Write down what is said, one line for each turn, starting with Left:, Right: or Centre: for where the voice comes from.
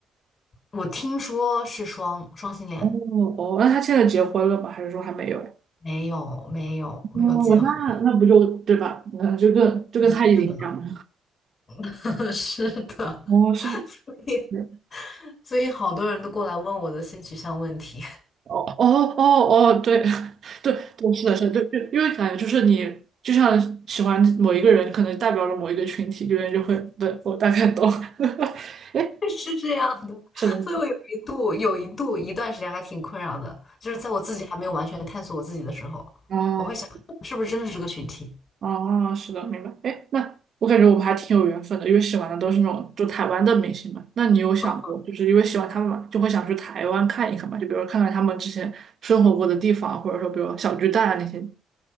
Left: 我听说是双双性恋，
Right: 哦哦，那她现在结婚了吗？还是说还没有呀？
Left: 没有没有没有结婚，
Right: 哦，那那不就对吧？那就跟就跟蔡依林一样嘛。
Left: 嗯是的，<laughs> 是的，
Right: 哦，是的，
Left: 所以
Right: 是的。
Left: 所以好多人都过来问我的性取向问题，
Right: 哦哦哦哦，对 <laughs> 对对，是的，是的，对，就因为感觉就是你就像喜欢某一个人，可能代表了某一个群体，有人就会，对，我大概懂。<laughs> 哎，
Left: <laughs> 是这样的，
Right: 是的，
Left: 所以我有一度有一度一段时间还挺困扰的，就是在我自己还没有完全探索我自己的时候，
Right: 哦
Left: 我会想是不是真的是这个群体？
Right: 哦，是的，明白。哎，那我感觉我们还挺有缘分的，因为喜欢的都是那种就台湾的明星嘛。那你有想过，
Left: 嗯，
Right: 就是因为喜欢他们嘛，就会想去台湾看一看嘛？就比如看看他们之前生活过的地方，或者说比如小巨蛋啊那些。